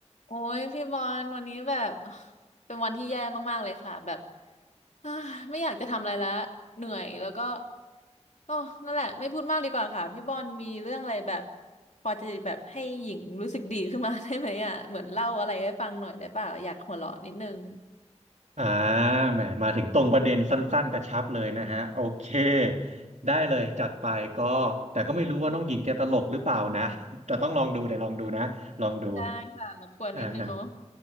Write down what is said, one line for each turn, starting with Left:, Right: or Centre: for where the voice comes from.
Left: โอ้ยพี่บอลวันนี้แบบ <sighs> เป็นวันที่แย่มากๆเลยค่ะแบบ <sighs> อ่าไม่อยากจะทำอะไรแล้วเหนื่อยแล้วก็โอ้นั่นแหละไม่พูดมากดีกว่าค่ะพี่บอลมีเรื่องอะไรแบบพอจะแบบให้หญิงรู้สึกดีขึ้นมา <laughs> ได้ไหมอ่ะเหมือนเล่าอะไรให้ฟังหน่อยได้ป่ะอยากหัวเราะนิดนึง
Right: อ่าแหมมาถึงตรงประเด็นสั้นๆกระชับเลยนะฮะโอเคได้เลยจัดไปก็แต่ก็ไม่รู้ว่าน้องหญิงแกตลกหรือเปล่านะ <laughs> แต่ต้องลองดูเดี๋ยวลองดูนะลองดู
Left: ได้ค่ะรบกวนนิดนึงเนาะ
Right: อ่า